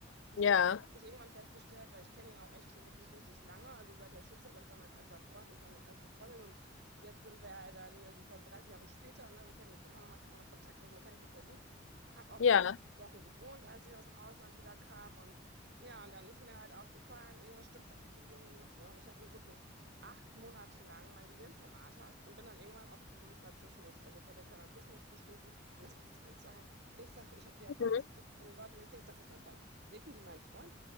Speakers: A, on the right (about 60°); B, on the left (about 75°).
A: So,
B: ja,
A: und dann habe ich irgendwann festgestellt, weil ich kenne ihn auch echt schon wirklich richtig lange, also seit der Schulzeit, das war mein erster Freund, ich seine erste Freundin und jetzt sind wir ja dann hier so quasi 30 Jahre später, ne? Wir kennen uns immer noch, hatten immer noch Kontakt, also man kennt sich sehr gut. Habe auch
B: ja,
A: bei ihm fünf Wochen gewohnt, als ich aus dem Ausland wieder kam und ja, und dann ist mir halt aufgefallen, irgendwas stimmt doch mit dem Jungen nicht, ne? Und ich habe mir wirklich acht Monate lang mein Gehirn zermartert und bin dann irgendwann auf dieses Narzissmus, also verdeckter Narzissmus gestoßen und das passte eins zu eins. Ich sage, ich habe die Erfahrungsberichte
B: mhm.
A: von den Leuten und ich denke, das ist mein Freund. Daten die meinen Freund?